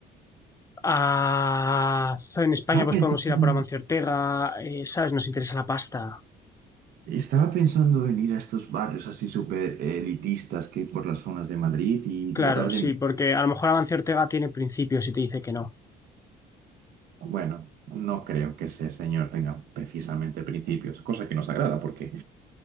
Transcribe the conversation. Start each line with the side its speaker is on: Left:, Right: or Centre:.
Left: a... En España
Right: Estaba
Left: pues
Right: pensando,
Left: podemos ir a por Amancio Ortega, eh, ¿sabes? Nos interesa la pasta.
Right: estaba pensando en ir a estos barrios así súper elitistas que hay por las zonas de Madrid y
Left: Claro,
Right: tratar
Left: sí,
Right: de...
Left: porque a lo mejor Amancio Ortega tiene principios y te dice que no.
Right: Bueno, no creo que ese señor tenga precisamente principios, cosa que nos agrada porque...